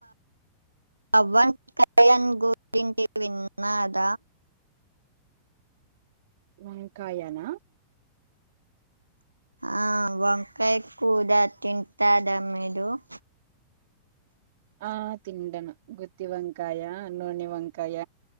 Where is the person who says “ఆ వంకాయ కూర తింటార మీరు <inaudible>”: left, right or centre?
Right